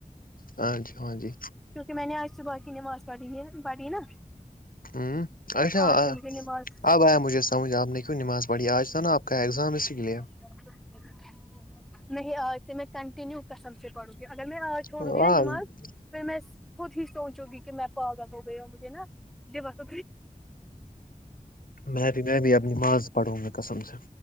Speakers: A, on the left; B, in the centre.
A: ہاں جی ہاں جی
B: کیونکہ میں نے آج صبح کی نماز پڑھی پڑھی نا
A: ہ اچھا
B: آج سے مجھے نماز
A: اب آیا مجھے سمجھ آپ نے کیوں نماز پڑھی آج تھا نا آپ کا ایگزام اسی کے لیے
B: <unintelligible> نہیں آج سے میں کنٹینیو قسم سے پڑوں گی اگر میں آج چھوڑوں
A: ہاں
B: گی نا
A: ہوں
B: نماز پھر میں خود ہی سوچوں گی کہ میں پاگل ہو گیے ہو مجھے نا دماغ
A: میں بھی نا اب نماذ پڑھوں گا قسم سے